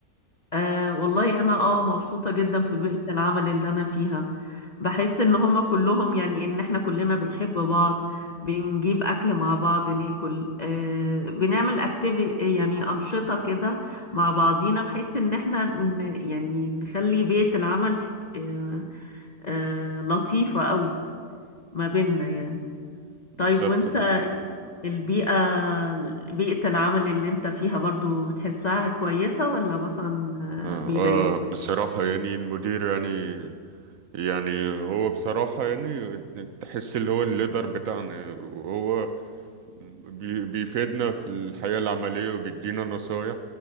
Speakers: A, on the left; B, on the right.
A: آه والله انا اه مبسوطة جدا في بيئة العمل اللي انا فيها بحس ان هما كلهم يعني ان احنا كلنا بنحب بعض بنجيب اكل مع بعض ناكل آه بنعمل اكتيفي يعني انشطة كده مع بعضينا بحيث ان احنا ن- يعني نخلي بيئة العمل آه آه لطيفة قوي ما بيننا يعني
B: بالظبط
A: طيب وانت
B: برضه
A: البيئة بيئة العمل اللي انت فيها برضو بتحسها كويسة ولا مثلا
B: آه,
A: آه، بيضايقوك
B: آه بصراحة يعني المدير يعني يعني هو بصراحة يعني تحس اللي هو الليدر بتاعنا وهو بي بيفيدنا في الحياة العملية وبيدينا نصايح